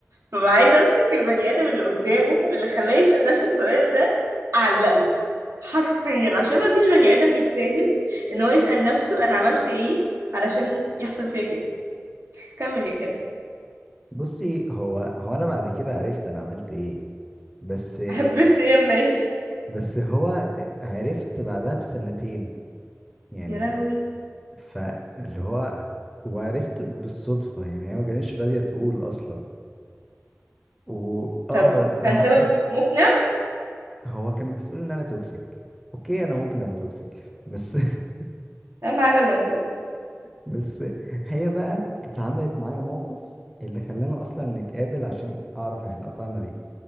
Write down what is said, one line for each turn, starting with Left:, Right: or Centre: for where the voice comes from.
Right: فببقى عايزه امسك البني ادم اللي قدامه اللي خلاه يسأل نفس السؤال ده اعلقه حرفيا عشان ما فيش بني ادم يستاهل ان هو يسأل نفسه انا عملت ايه علشان يحصل فيا كده كمل يا ابني
Centre: بصي هو هو انا بعد كده عرفت انا عملت ايه بس
Right: <laughs> حببت ايه يا منيل
Centre: بس هو عرفت بعدها بسنتين يعني
Right: يا لهوي
Centre: فاللي هو وعرفت بالصدفه يعني هي ما كانتش راضيه تقول اصلا و اه
Right: طب وكان
Centre: ده
Right: سبب
Centre: حصل
Right: مقنع
Centre: هو كانت بتقول ان انا توكسيك اوكي انا ممكن ابقى توكسيك بس <laughs>
Right: اهم حاجه الاعتراف
Centre: بس هي بقى اتعملت معايا موقف اللي خلانا اصلا نتقابل عشان اعرف احنا قطعنا ليه